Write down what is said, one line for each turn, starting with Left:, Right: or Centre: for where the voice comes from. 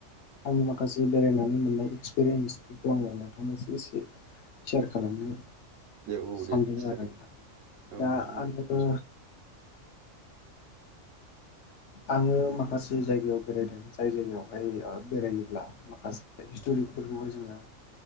Left: आंनि माखासे बेरायनानै मोननाय एक्सपिरियेन्सफोरखौ आङो नोंथांनिसिम एसे। सेर खालामनो।
Right: दे औ
Left: सानदों
Right: दे दे खिथा
Left: आरो
Right: दे
Left: नोंथां।
Right: औ
Left: दा
Right: नोंथां
Left: आङो
Right: दे मोजां
Left: आङो माखासे जायगायाव बेरायदों जाय जायगायावहाय ओ बेरायोब्ला माखासे हिस्टरि फोरखौहाय जोङो